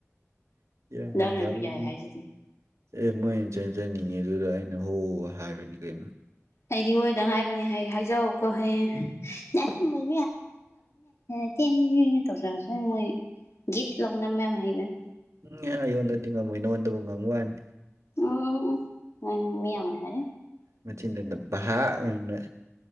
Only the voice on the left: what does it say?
ꯅꯪꯅꯁꯨ
ꯌꯥꯏ ꯍꯥꯏꯁꯤꯗꯤ
ꯑꯩꯗꯤ ꯍꯣꯏꯗꯪ ꯉꯥꯏꯕꯅꯦ ꯍꯥꯏ ꯍꯥꯏꯖꯎꯀꯣ ꯍꯌꯦꯡ ꯗꯥ ꯁꯨꯃꯟ <inaudible> ꯇꯧꯖꯔꯛ ꯁꯅꯤꯅꯣꯏ ꯒꯤꯠ ꯂꯧꯅ ꯅꯝꯕ ꯌꯝ ꯍꯩꯕꯅꯦ
ꯎꯝ ꯎꯝ ꯎꯝ ꯅꯪ ꯃꯤ